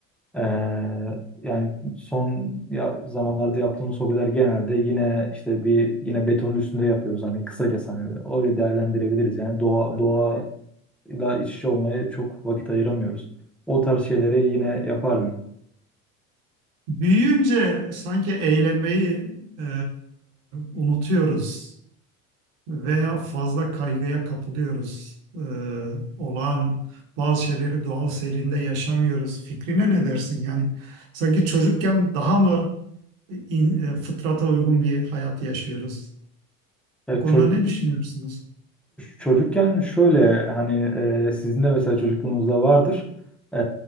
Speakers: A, in the centre; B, on the right.
A: Ee, yani son ya zamanlarda yaptığımız hobiler genelde yine işte bir yine betonun üstünde yapıyoruz hani kısaca hani öyle değerlendirebiliriz yani doğa doğayla iç içe olmaya çok vakit ayıramıyoruz. O tarz şeyleri yine yapardım.
B: Büyüyünce sanki eğlenmeyi e, unutuyoruz veya fazla kaygıya kapılıyoruz. E, olağan bazı şeyleri doğal seyrinde yaşamıyoruz. Fikrine ne dersin? Yani sanki çocukken daha mı in- e, fıtrata uygun bir hayat yaşıyoruz?
A: Ya
B: Bu konuda
A: ço-
B: ne düşünüyorsunuz?
A: Çocukken şöyle hani e, sizin de mesela çocukluğunuzda vardır. E,